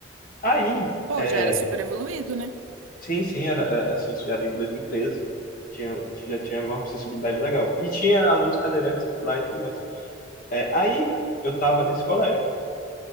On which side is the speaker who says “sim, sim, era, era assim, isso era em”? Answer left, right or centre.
Left